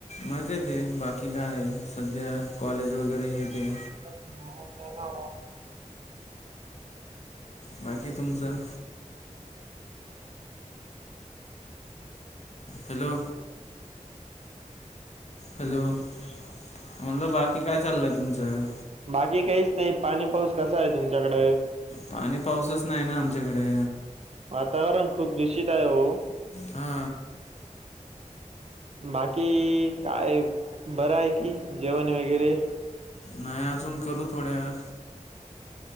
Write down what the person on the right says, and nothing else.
<unintelligible>
मागी काहीच नाही पाणी पाऊस कसा आहे? तुमच्याकड
वातावरण खूप दूषित आहे. हो
बाकी काय बरं आहे. कि जेवण वगैरे